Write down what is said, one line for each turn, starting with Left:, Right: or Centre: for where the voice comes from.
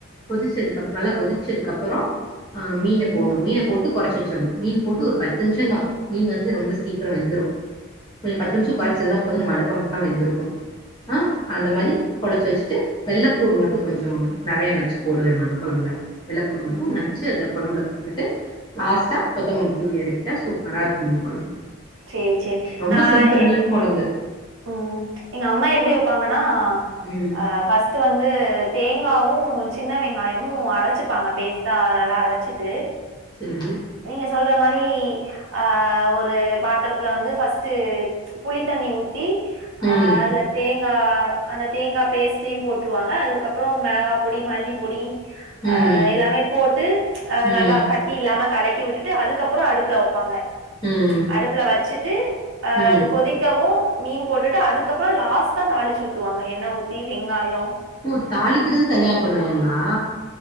Left: கொதிச்சதுக்கப் நல்லா கொதிச்சதுக்கப்பறோ ஆ மீன போனு மீன போட்டு கொறச்சு வச்சிற்னு மீன் போட்டு ஒரு பத்து நிம்ஷந்தா மீன் வந்து ரொம்ப சீக்கிரோ வெந்துரு கொஞ்ச பத்து நிமிஷ கொறச்சிருந்தா போது நம்ம அடுப்ப அம்த்துனா வெந்துருக்கு ஆ அந்த மாரி கொறச்சி வச்சுட்டு வெள்ளப்பூடு மட்டு கொஞ்சோ நெறைய நச்சு போடுவேமா அந்த கொழம்ப்ல வெள்ளப்பூண்டு மட்டு
Right: ம் ம்
Left: ந ல்ல கொழம்புல போட்டுட்டு லாஸ்ட்டா கொத்தமல்லி தூவி எறக்கிட்ட சூப்பரா இருக்கு மீன் கொழம்பு
Right: சேரி சேரி
Left: ரொம்ப
Right: நா
Left: சிம்பிள்
Right: எ
Left: மீன் கொழம்பு
Right: ம் எங்க அம்மா எப்டி வப்பாங்கன்னா
Left: ம்
Right: ஆ ஃபர்ஸ்ட்டு வந்து தேங்காவு சின்ன வெங்காயமு அரச்சிப்பாங்க பேஸ்ட்டா நல்லா அரச்சிட்டு
Left: செரி
Right: நீங்க சொல்ற மாரி ஆ ஒரு பாத்தரத்துல வந்து ஃபர்ஸ்ட்டு புளித்தண்ணி ஊத்தி ஆ
Left: ம்
Right: அதுல தேங் ஆ அந்த தேங்கா பேஸ்டையு போட்ருவாங்க அதுக்கப்பறோ மெளகா பொடி மல்லிப்பொடி ஆ
Left: ம்
Right: எல்லாமே போட்டு அது
Left: ம்
Right: நல்லா கட்டி இல்லாம கலக்கி விட்டுட்டு அதுக்கப்பறோ அடுப்புல வப்பாங்க
Left: ம்
Right: அடுப்புல வச்சிட்டு ஆ
Left: ம்
Right: அது கொதிக்கவு மீன் போட்டுட்டு அதுக்கப்பறோ லாஸ்ட்டா தாளிச்சி ஊத்துவாங்க எண்ணெ ஊத்தி வெங்காயோ
Left: ஓ தாளிக்கிறது தனியா பண்ணுவாங்களா